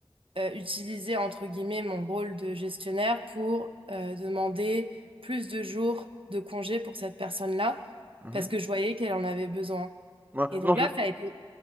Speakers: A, on the right; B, on the right.
A: euh, utiliser entre guillemets mon rôle de gestionnaire pour euh, demander plus de jours de congé pour cette personne-là
B: mhm.
A: parce que je voyais qu'elle en avait besoin.
B: Ouais,
A: Et donc
B: Non, je,
A: là, ça a été.